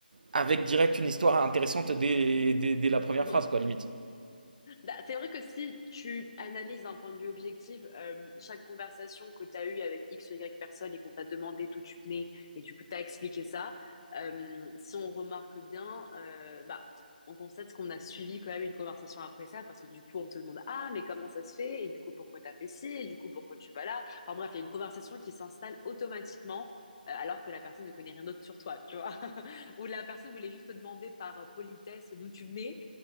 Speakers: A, on the right; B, on the left.
A: avec direct une histoire intéressante dès, dès, dès la première
B: oui.
A: phrase, quoi, limite.
B: Bah, c'est vrai que si tu analyses d'un point de vue objectif, euh, chaque conversation que tu as eue avec X ou Y personne et qu'on t'a demandé d'où tu venais et du coup t'as expliqué ça, euh, si on remarque bien, euh, bah, on constate qu'on a suivi quand même une conversation après ça parce que du coup on te demande ah mais comment ça se fait et du coup pourquoi t'as fait ci et du coup pourquoi tu vas là. Enfin bref, il y a une conversation qui s'installe automatiquement euh, alors que la personne ne connaît rien d'autre sur toi, tu vois. <laughs> Ou la personne voulait juste te demander par politesse d'où tu venais.